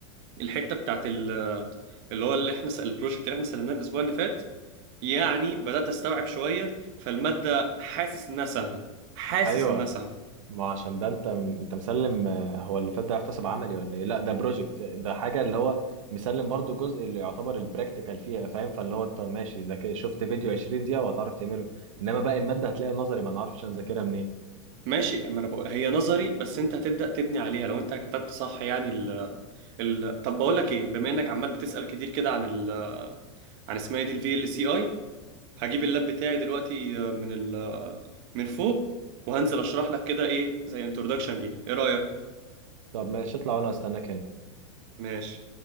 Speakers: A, on the right; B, on the right.
A: الحته بتاعت ال- اللي هو اللي احنا س- البروجكت اللي احنا سلمناه الاسبوع اللي فات يعني بدأت أستوعب شوية فالمادة حاسس إنها سهلة حاسس
B: ايوه
A: إنها سهلة
B: ما عشان ده انت انت مسلم آه، هو اللي فات ده يحتسب عملي ولا ايه لا ده بروجكت ده حاجه اللي هو مسلم برضو جزء اللي يعتبر البراكتيكال فيها فاهم فاللي هو انت ماشي ذاك شفت فيديو 20 دقيقه وهتعرف تعمله انما باقي الماده هتلاقيها نظري ما نعرفش نذاكرها منين
A: ماشي ما أنا بقول هي نظري بس أنت هتبدأ تبني عليها لو أنت كتبت صح يعني ال ال طب بقول لك إيه بما إنك عمال بتسأل كتير كده عن ال عن اسمها إيه دي ال VLCI هجيب اللاب بتاعي دلوقتي من ال من فوق وهنزل أشرح لك كده إيه زي انترودكشن ليها إيه رأيك؟
B: طب ماشي اطلع وانا استناك هنا
A: ماشي